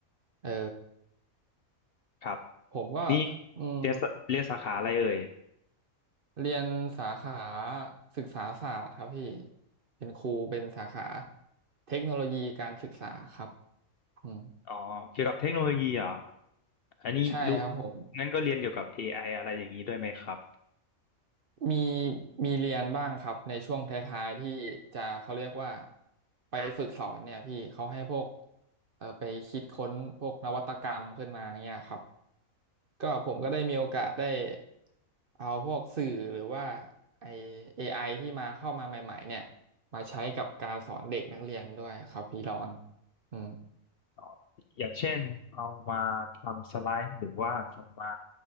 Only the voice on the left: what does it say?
ครับ
นี่
เรียนสาเรียนสาขาอะไรเอ่ย
อ๋อเกี่ยวกับเทคโนโลยีเหรออันนี้รู้
งั้นก็เรียนเกี่ยวกับ AI อไออะไรอย่างนี้ด้วยไหมครับ
อ๋ออย่างเช่นเอามาทำสไลด์หรือว่าเอามา